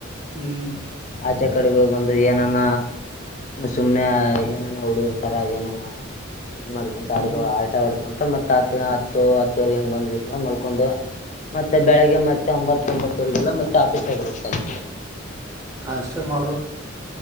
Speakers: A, on the right (about 15°); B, on the left (about 35°).
A: ಹ್ಮ್... <inaudible>
B: ಆಚೆ, ಕಡೆಗೆ ಬಂದು, ಏನಾನ ಸುಮ್ನೆ ಏನನ ಹುಡುರ್ತಾರ, ಏನಾನ? <inaudible> ಇದು, ಮಾಡಿಕೊಂಡು, ಕಾಡಿಗೆ,
A: ಹ್ಮ್
B: ಹೋಗಿ, ಅಲ್ಲಟೆ ವಾದಧಿಕೊಂಡು. <inaudible> ಅಂತ, ಮತ್ತ, ಹತ್ ಹತ್ತು ಹತ್ತುವರೆಗೆ, ಹೆಂಗಗೆ ಬಂದ್, ಮತ್ತೆ, ಮಲ್ಕೊಂಡು ಮತ್ತೆ ಬೆಳಿಗ್ಗೆ ಮತ್ತೆ ಒಂಬತ್ತೊಂಬತ್ತವರೆಗೆಲ್ಲ ಮತ್ತೆ ಆಫೀಸ್ನಾಗ, ಏರುಬೇಕುಳಿ. <inaudible>
A: ಹಾ, ಅಷ್ಟೇ, ಮಾಡ್ಬೇಕು. <inaudible>